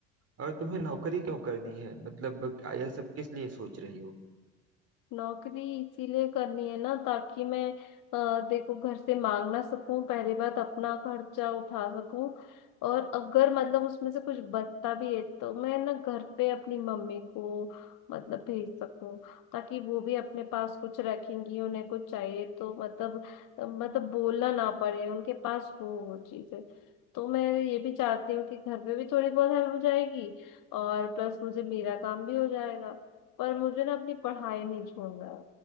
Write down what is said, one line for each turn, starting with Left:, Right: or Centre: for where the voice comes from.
Right: और तुम्हें नौकरी क्यों करनी है मतलब यह सब किस लिए सोच रही हो
Left: नौकरी इसीलिए करनी है ना ताकि मैं अ, देखो घर से मांग ना सकूं पहली बात अपना खर्चा उठा सकूं और अगर मतलब उसमें से कुछ बचता भी है तो मैं ना घर पे अपनी मम्मी को मतलब भेज सकूं ताकि वो भी अपने पास कुछ रखेंगी उन्हें कुछ चाहिए तो मतलब मतलब बोलना ना पड़े उनके पास हो वो चीजें तो मैं ये भी चाहती हूँ कि घर पे भी थोड़ी बहुत हेल्प हो जाएगी और प्लस मुझे मेरा काम भी हो जाएगा पर मुझे ना अपनी पढ़ाई नहीं छोड़ना है